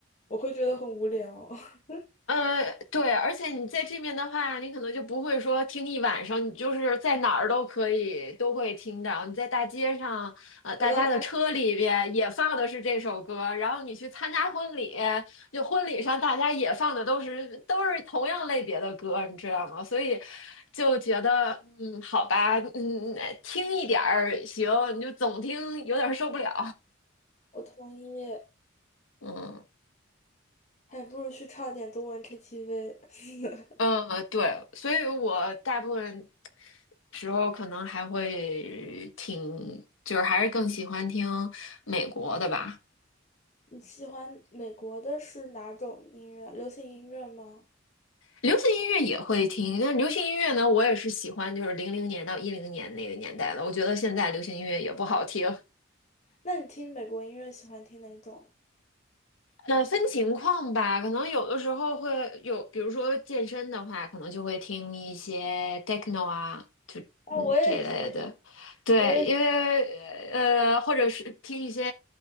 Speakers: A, on the left; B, on the left.
A: 我会觉得很无聊。<laughs>
B: 呃，对，而且你在这面的话，你可能就不会说听一晚上，你就是在哪儿都可以都会听到。你在大街上，呃，大家的车里边也放的是这首歌，
A: 走到哪里，
B: 然后你去参加婚礼，就婚礼上大家也放的都是都是同样类别的歌，你知道吗？所以就觉得，嗯，好吧，嗯，嗯听一点儿行，你就总听有点儿受不了，
A: 我同意，
B: <laughs> 嗯。
A: 还不如去唱点中文 KTV。<laughs>
B: 嗯，对，所以我大部分时候可能还会挺，就是还是更喜欢听美国的吧。
A: 你喜欢美国的是哪种音乐？流行音乐吗？
B: 流行音乐也会听，但流行音乐呢，我也是喜欢就是零零年到一零年那个年代的。我觉得现在流行音乐也不好听。
A: 那你听美国音乐喜欢听哪种？
B: 那分情况吧，可能有的时候会有，比如说健身的话，可能就会听一些 techno 啊，就嗯这一类的，
A: 啊，我也是，
B: 对，
A: 我也是，
B: 因为呃，或者是听一些